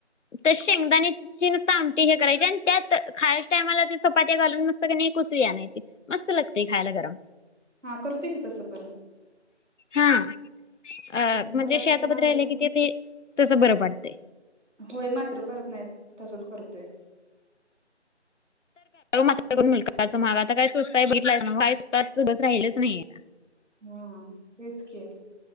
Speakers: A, on the left; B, in the centre.
A: तर शेंगदाणेची नुसती आमटी हे करायची आणि त्यात खायच्या टायमाला ते चपात्या घालून नसतं किणी. उसळी आणायची मस्त लागते खायला गरम.
B: हा करतोय की तसं पण,
A: हा, अ
B: हम्म,
A: म्हणजे
B: चपाती
A: शिळ्या
B: तेन
A: चपात्या
B: असलं
A: राहिल्या कि ते तसं बरं पडतय.
B: होय मात्र करत नाहीत तसच करतोय.
A: मात्र मुलकाचा महाग आता काय स्वस्त हाय बघितलायसा काय सुद्धा स्वस्त अस राहिलेच नाहीत.
B: हम्म तेच की!